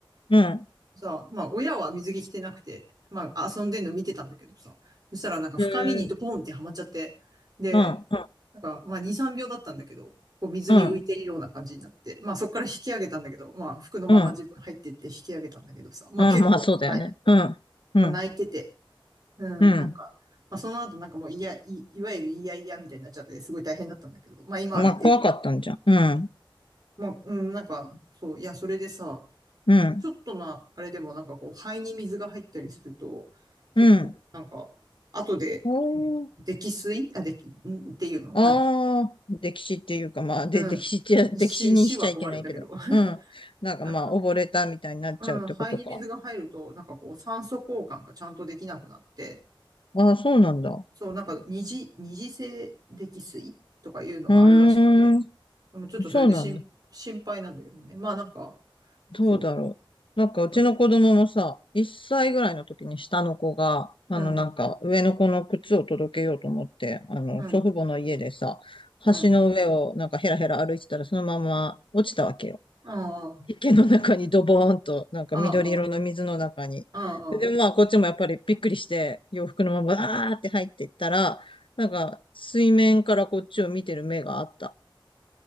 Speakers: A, on the left; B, on the right.
A: うん。
B: さ、まあ親は水着着てなくて、まあ遊んでんの見てたんだけどさ、そしたらなんか深みにドポンってはまっちゃって、
A: へー
B: で、
A: うん。
B: なんか、まあ、2、3秒だったんだけど、こう水に浮いてるような感じになって、
A: うん。うん。
B: まあ、そこから引き上げたんだけど、まあ、服のまま自分入ってって引き上げたんだけどさ、
A: うん。
B: まあ、
A: あまあそうだよね。
B: 結構、はい。
A: うん。うん。
B: まあ、泣いてて、うん、
A: うん。
B: なんか、まあ、その後なんかもう、いや、い、いわゆるいやいやみたいになっちゃって、すごい大変だったんだけど、まあ、今は寝てる。
A: まあ怖かったんじゃん。うん。
B: まあ、うん、なんか、そう、いや、それでさ、
A: うん。
B: ちょっとな、あれでもなんかこう、肺に水が入ったりすると、結構、
A: うん。
B: なんか、後で、
A: おー
B: 溺水あ、でき、んっていうのなんて、
A: ああ、歴史っていうか、まあ、で、
B: うん。
A: 歴史って、
B: 死、
A: 歴史にしちゃいけないけど。
B: 死は困るんだけど。
A: うん。なんかまあ、
B: うん、
A: 溺れたみたいになっちゃうってことか。
B: うん、肺に水が入ると、なんかこう、酸素交換がちゃんとできなくなって、
A: ああ、そうなんだ。
B: そう、なんか二次、二次性溺水とかいうのがあるらしくて、
A: うーん。
B: でもちょっとそれで心、
A: そうなんだ。
B: 心配なんだけどね。まあなんか、
A: どうだろう。
B: そ
A: なんかうちの子供もさ、
B: う。
A: 1歳ぐらいの時に下の子が、
B: うん、
A: あのなんか上の子の靴を届けようと思って、あの祖父母の家でさ、
B: うん、うん。
A: 橋の上をなんかヘラヘラ歩いてたらそのまま落ちたわけよ。
B: ああ、
A: 池の中にドボーンと、なんか緑色の水の中に。
B: ああ、ああ。
A: で、まあこっちもやっぱりびっくりして洋服のままバーって入っていったら、なんか水面からこっちを見てる目があった。